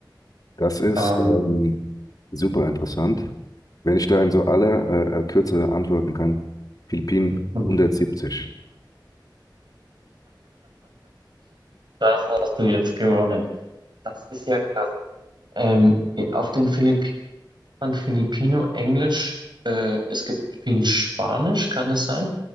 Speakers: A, on the left; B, on the right.
A: Das ist
B: Ähm,
A: ähm, super interessant. Wenn ich da in so aller äh, äh, Kürze antworten kann, Philippinen
B: <laughs>
A: hundertsiebzig.
B: das hast du jetzt gewonnen. Das ist ja krass. Ähm, auf den Philippinen man Filipino, Englisch, äh, es gibt viel Spanisch, kann es sein?